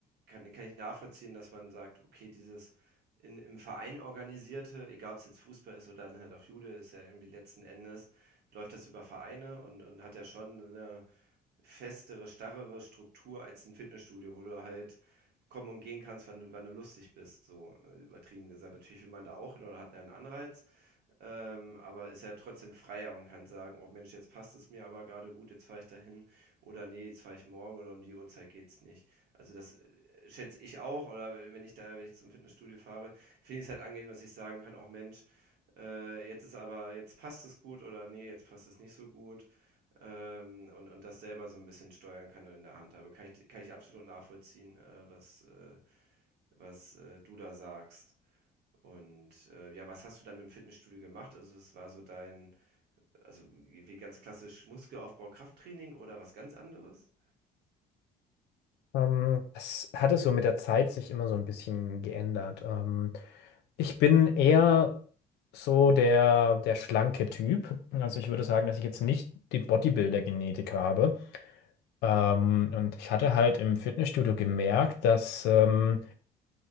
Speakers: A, on the right; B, on the left.
A: kann, kann ich nachvollziehen, dass man sagt, okay, dieses in, im Verein organisierte, egal ob es jetzt Fußball ist oder dann halt auch Jude, ist ja irgendwie letzten Endes, läuft das über Vereine und, und hat ja schon eine festere, starrere Struktur als ein Fitnessstudio, wo du halt kommen und gehen kannst, wann du, wann du lustig bist, so äh, übertrieben gesagt. Natürlich will man da auch hin oder hat einen Anreiz, ähm, aber ist er trotzdem freier und kann sagen, oh Mensch, jetzt passt es mir aber gerade gut, jetzt fahre ich dahin oder nee, jetzt fahre ich morgen oder um die Uhrzeit geht's nicht. Also das äh, schätze ich auch oder wenn ich da, wenn ich zum Fitnessstudio fahre, finde ich es halt angenehm, dass ich sagen kann, oh Mensch, äh, jetzt ist aber, jetzt passt es gut oder nee, jetzt passt es nicht so gut ähm, und, und das selber so ein bisschen steuern kann und in der Hand habe. Kann ich, kann ich absolut nachvollziehen, äh, was, äh, was äh, du da sagst. Und äh, ja, was hast du dann im Fitnessstudio gemacht? Also, es war so dein, also wie ganz klassisch Muskelaufbau, Krafttraining oder was ganz anderes?
B: Ähm, das hat es so mit der Zeit sich immer so ein bisschen geändert. Ähm, ich bin eher so der, der schlanke Typ. Also
A: Mhm.
B: ich würde sagen, dass ich jetzt nicht die Bodybuilder-Genetik
A: Mhm.
B: habe. Ähm, und ich hatte halt im Fitnessstudio gemerkt, dass ähm,